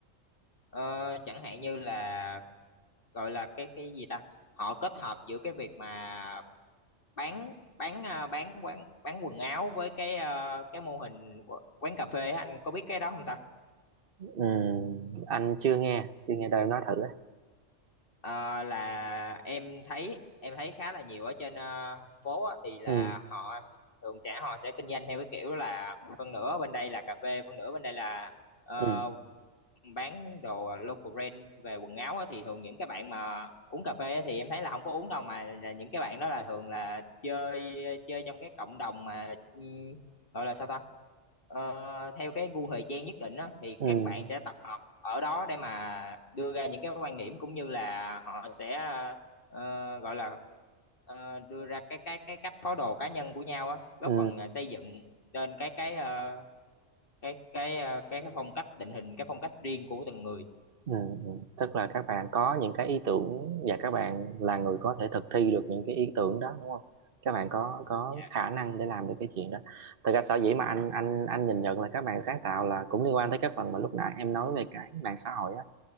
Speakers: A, on the left (about 45°); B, on the right (about 50°).
A: ờ, chẳng hạn như là gọi là cái cái gì ta họ kết hợp giữa cái việc mà bán bán à, bán quán bán quần áo với cái ờ, cái mô hình quán cà phê á, anh có biết cái đó không ta
B: ừ, anh chưa nghe chưa nghe đâu nói thử á.
A: Ờ, là em thấy em thấy khá là nhiều ở trên ờ, thành phố á, thì là
B: ừ,
A: họ thường sẽ họ sẽ kinh doanh theo cái kiểu là phân nửa bên đây là cà phê phân nửa bên đây là ờ,
B: ừ,
A: bán đồ local brand về quần áo á, thì thường những cái bạn mà uống cà phê á, thì em thấy là không có uống đâu mà là những cái bạn đó là thường là chơi chơi trong cái cộng đồng mà ừ, gọi là sao ta Ờ, theo cái gu thời trang nhất định á, thì
B: ừ,
A: các bạn sẽ tập hợp ở đó để mà đưa ra những cái quan điểm cũng như là họ sẽ ờ, gọi là ờ, đưa ra cái cái cái cách thói đồ cá nhân của nhau á, góp
B: ừ,
A: phần ờ, xây dựng lên cái cái ờ, cái cái ờ, cái cái phong cách định hình cái phong cách riêng của từng người.
B: ừ, ừ. tức là các bạn có những cái ý tưởng và các bạn là người có thể thực thi được những cái ý tưởng đó đúng không các bạn có có
A: Dạ.
B: khả năng để làm được cái chuyện đó thật ra sở dĩ mà anh anh anh nhìn nhận là các bạn sáng tạo là cũng liên quan tới cái phần mà lúc nãy em nói về cái mạng xã hội á